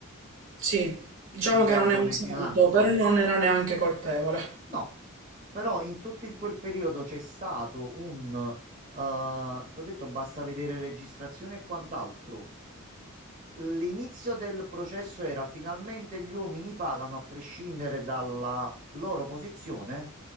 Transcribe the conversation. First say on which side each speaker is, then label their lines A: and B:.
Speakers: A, on the right; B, on the right.
A: sì. Diciamo
B: anche
A: che
B: autolesionandosi.
A: non è un santo, però non era neanche colpevole.
B: No, però in tutto in quel periodo c'è stato un, ti ho detto basta vedere registrazione e quant'altro. L'inizio del processo era finalmente gli uomini pagano a prescindere dalla loro posizione